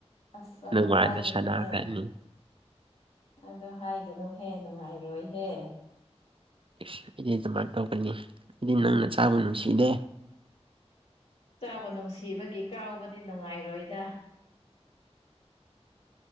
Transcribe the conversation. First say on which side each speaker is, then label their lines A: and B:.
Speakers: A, on the left (about 65°); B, on the right (about 50°).
A: ꯑꯁ ꯑꯗꯣ
B: ꯅꯨꯡꯉꯥꯏꯅ
A: ꯍꯥꯏꯒꯅꯨꯍꯦ
B: ꯁꯥꯟꯅꯈ꯭ꯔꯅꯤ
A: ꯑꯗꯣ ꯍꯥꯏꯒꯅꯨꯍꯦ ꯅꯨꯡꯉꯥꯏꯔꯣꯏꯍꯦ
B: ꯏꯁ ꯏꯗꯤ ꯑꯗꯨꯃꯥꯏꯅ ꯇꯧꯒꯅꯤ ꯑꯩꯗꯤ ꯅꯪꯅ ꯆꯥꯕ ꯅꯨꯡꯁꯤꯗꯦ
A: ꯆꯥꯕ ꯅꯨꯡꯁꯤꯕꯒꯤ ꯀꯥꯎꯕꯗꯤ ꯅꯨꯡꯉꯥꯏꯔꯣꯏꯗ